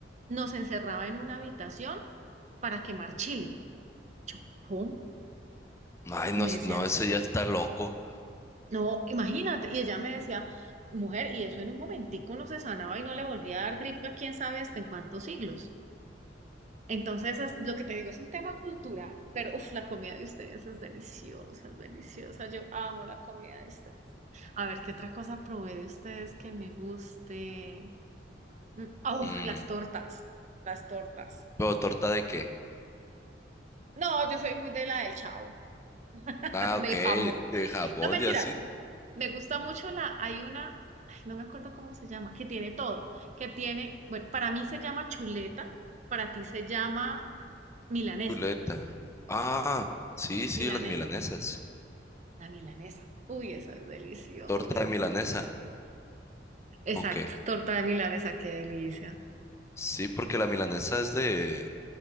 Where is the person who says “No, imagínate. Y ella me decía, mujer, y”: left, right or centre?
Right